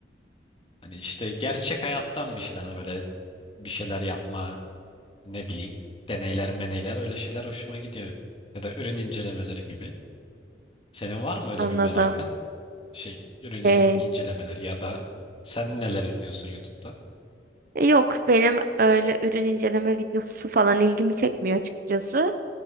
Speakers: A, on the left; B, on the right.
A: Hani işte gerçek hayattan bir şeyler hani böyle bir şeyler yapma, ne bileyim deneyler meneyler öyle şeyler hoşuma gidiyor. Ya da ürün incelemeleri gibi. Senin var mı öyle
B: Anladım.
A: bir merakın? Şey ürün
B: Ee,
A: in- incelemeleri ya da sen neler izliyorsun YouTube'da?
B: Yok benim öyle ürün inceleme videosu falan ilgimi çekmiyor açıkçası.